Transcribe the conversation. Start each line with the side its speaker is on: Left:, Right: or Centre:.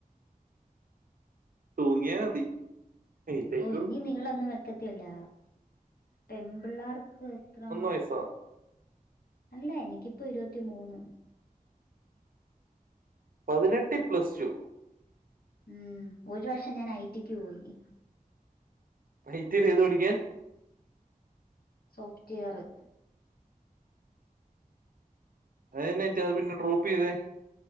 Right: തൂങ്ങിയാ മതി എഴുന്നേറ്റോളൂ.
Left: ഓഹ് ഇനി നിളവൊന്നും വെക്കത്തില്ല പെംമ്പിള്ളാർക്ക് എത്രാ?
Right: വയസ്സാ.
Left: അല്ല എനിക്കിപ്പൊ ഇരുപത്തി മൂന്ന്
Right: പതിനെട്ടി പ്ല സ് ടു.
Left: ഉം ഒരു വർഷം ഞാൻ ഐ. റ്റിക്ക് പോയി.
Right: ഐ. റ്റിയില് എത് പഠിക്കാൻ?
Left: സോഫ്റ്റ് വെയറ്
Right: അഹെന്നാ പറ്റി അത് പിന്നെ ട്രോപ്പ് ചെയ്തെ?